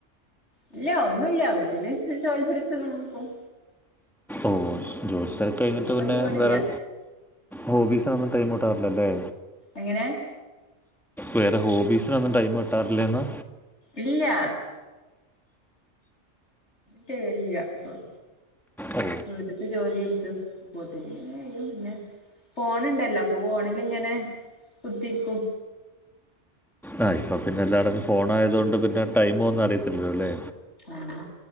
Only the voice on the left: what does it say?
ഇല്ല ഒന്നുമില്ല വീട്ടിൽ ജോലി എടുത്ത് <unintelligible>
ജോലിക്കൊന്നും
പോണില്ല
എങ്ങനെ
ഇല്ല ട്ടേ ഇല്ല ഇപ്പം
വീട്ടത്ത് ജോലി എടുത്തു ട്ടങ്ങനെ ചെയ്യും പിന്നെ ഫോണുണ്ടല്ലോ അപ്പൊ ഫോണിലിങ്ങനെ കുത്തിരിക്കും
അങ്ങനെ